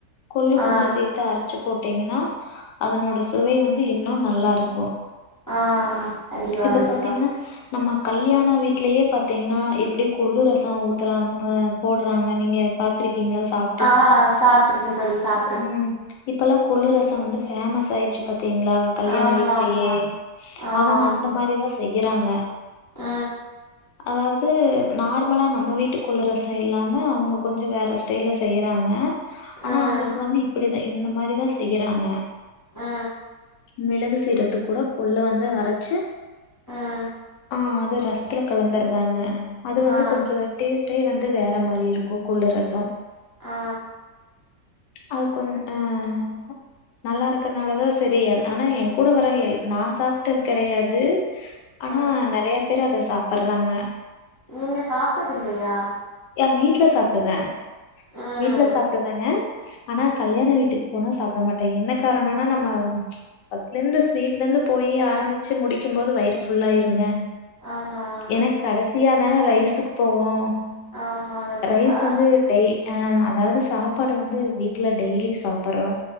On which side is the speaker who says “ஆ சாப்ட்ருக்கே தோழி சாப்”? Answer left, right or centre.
Left